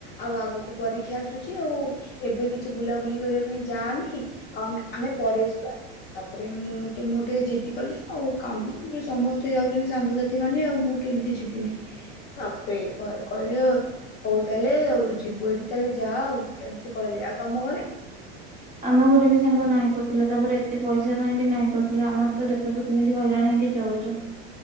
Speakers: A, on the left (about 30°); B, on the right (about 25°).
A: ଆଉ ଆଗକୁ ପରୀକ୍ଷା ଆସୁଚି ଆଉ ଏବେ କିଛି ବୁଲାବୁଲି କରିବା ପାଇଁ ଯାନି ଆଉ ଆମେ ଆମେ ପରେ ଯିବା ତା ପରେ ମୁଁ ମୁଁ ଟିକେ ଜିଦି କଲି ଆଉ କାନ୍ଦିଲି ମୁଁ କଇଲି ସମସ୍ତେ ଯାଉଚନ୍ତି ସାଙ୍ଗ ସାଥିମାନେ ଆଉ ମୁଁ କେମିତି ଯିବିନି। ତା ପରେ ଘରେ କହିଲେ ହଉ ତା ହେଲେ ଆଉ ଯିବୁ ଯଦି ଯା ଆଉ ଏମିତି କହିଲେ। ଆଉ ତମ ଘରେ
B: ଆମ ଘରେ ବି ସାଙ୍ଗ ନାହିଁ କରୁଥିଲା। ତା ପରେ ଏତେ ପଇସା ପାଇଁ ବି ନାହିଁ କରୁଥିଲେ। ଆମର ତ ଦେଖୁଚୁ କେମିତି ହଇରାଣ ହେଇକି ଚଳୁଚୁ।